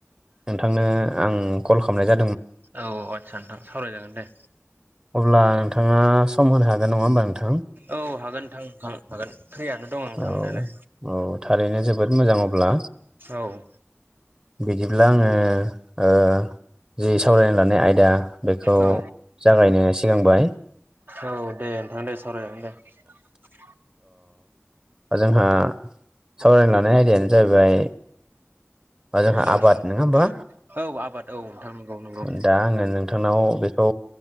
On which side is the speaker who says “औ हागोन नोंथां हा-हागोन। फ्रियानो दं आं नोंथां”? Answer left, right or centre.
Right